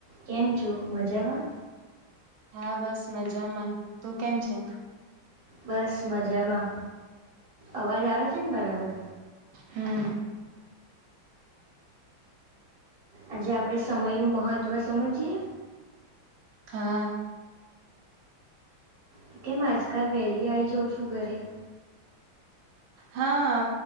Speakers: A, on the right; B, on the right.
A: કેમ છો મજામાં?
B: હા બસ મજામાં તું કેમ છે?
A: બસ મજામાં અવાજ આવે છે ને બરાબર?
B: હમ.
A: આજે આપડણે સમય નું મહત્વ સમજીએ?
B: હા.
A: તો કેમ આજકાલ વહેલી આવી જાઉં છું ઘરે?
B: હા.